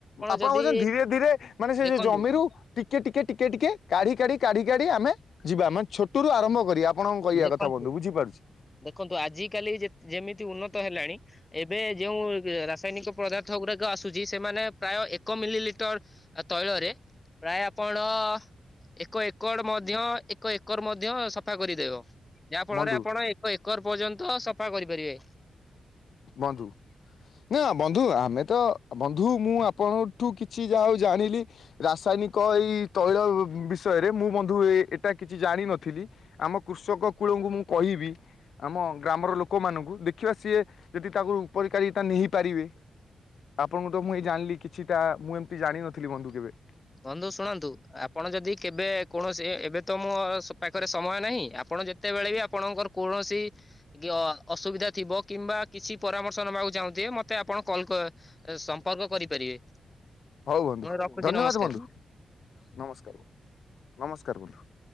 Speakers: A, on the left (about 65°); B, on the left (about 20°).
A: ଆପଣ
B: ଯଦି
A: କହୁଛନ୍ତି ଧୀରେ ଧୀରେ ମାନେ, ସେ
B: ଦେଖନ୍ତୁ
A: ଯୋଉ ଜମିରୁ ଟିକେ ଟିକେ ଟିକେ ଟିକେ କାଢି କାଢି କାଢି କାଢି ଆମେ ଯିବା, ମାନେ ଛୋ ଟରୁ ଆରମ୍ଭ କରି ଆପଣ କହିବା
B: ଦେଖନ୍ତୁ
A: କଥା ବନ୍ଧୁ ବୁଝିପାରୁଛି।
B: ଦେଖନ୍ତୁ, ଆଜ କାଲି ଯେମିତି ଉନ୍ନତ ହେଲାଣି ଏବେ ଯୋଉ ରାସାୟନିକ ପଦାର୍ଥ ଗୁଡାକ ଆସୁଛି, ସେମାନେ ପ୍ରାୟ ଏକ ମିଲିଲି ଟର ତୈଳରେ ପ୍ରାୟ ଆପଣ ଏକ ଏକର ମଧ୍ୟ ଏକ ଏକର ଏକର ମଧ୍ୟ ସଫା କରିଦେବ, ଯାହା ଫଳରେ
A: ବନ୍ଧୁ
B: ଆପଣ ଏକ ଏକର ପର୍ଯ୍ୟନ୍ତ ସଫା କରିପାରିବେ।
A: ବନ୍ଧୁ ନା ବନ୍ଧୁ, ଆମେ ତ ବନ୍ଧୁ ମୁଁ ଆପଣଙ୍କଠୁ କିଛି ଯାହା ହଉ ଜାଣିଲି। ରାସାୟନିକ ଏଇ ତୈଳ ବିଷୟରେ ମୁଁ ବନ୍ଧୁ ଏଇଟା କିଛି ଜାଣିନଥିଲି। ଆମ କୃଷକ କୂଳଙ୍କୁ ମୁଁ କହିବି, ଆମ ଗ୍ରାମର ଲୋକମାନଙ୍କୁ ଦେଖିବା ସିଏ ଯଦି ତାକୁ ଉପରିକାରିତା ନେହିପାରିବେ। ଆପଣଙ୍କଠୁ ମୁଁ ଏଇ ଜାଣିଲି। କିଛିଟା ମୁଁ ଏମିତି ଜାଣିନଥିଲି, ବନ୍ଧୁ, କେବେ।
B: ବନ୍ଧୁ, ଶୁଣନ୍ତୁ। ଆପଣ ଯଦି କେବେ କୌଣସି ଏବେ ତ ମୋ ପାଖରେ ସମୟ ନାହିଁ। ଆପଣ ଯେ ତେବେଳେ ବି ଆପଣଙ୍କର କୌଣସି କି ଅସୁବିଧା ଥିବ କିମ୍ବା କିଛି ପରାମର୍ଶ ନବାକୁ ଚାହୁଁଥିବେ, ମତେ ଆପଣ କଲ୍ ସମ୍ପର୍କ କରିପାରିବେ।
A: ହଉ ବନ୍ଧୁ,
B: ମୁଁ ରଖୁଛି
A: ଧନ୍ୟବାଦ
B: ନମସ୍କାର
A: ବନ୍ଧୁ। ନମସ୍କାର, ନମସ୍କାର ବନ୍ଧୁ।